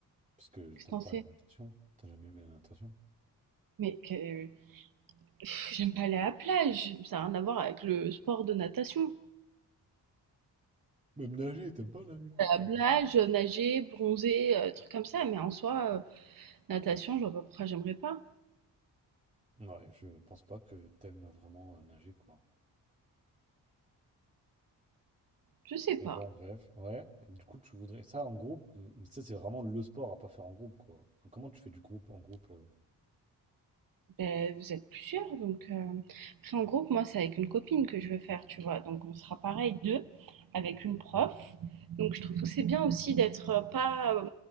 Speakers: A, on the right (about 15°); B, on the right (about 50°).
A: Parce que
B: Qu'est-ce
A: t'aimes
B: que t'en
A: pas
B: sais?
A: la natation. T'as jamais aimé la natation.
B: Mais que... pff, j'aime pas aller à la plage. Ça n'a rien à voir avec le sport de natation.
A: Même nager, t'aimes pas nager.
B: blage nager, bronzer, euh, trucs comme ça. Mais en soi, euh, natation, je vois pas pourquoi j'aimerais pas.
A: Ouais, je pense pas que t'aimes vraiment euh, nager, quoi.
B: Je sais pas.
A: Mais bon, bref, ouais. Du coup, tu voudrais ça en groupe. mm, Ça, c'est vraiment le sport à pas faire en groupe, quoi. Enfin, comment tu fais du groupe en groupe? euh
B: Ben, vous êtes plusieurs, donc euh, après en groupe, moi c'est avec une copine que je veux faire, tu vois, donc on sera pareil deux avec une prof. Donc je trouve que c'est bien aussi d'être euh, pas euh,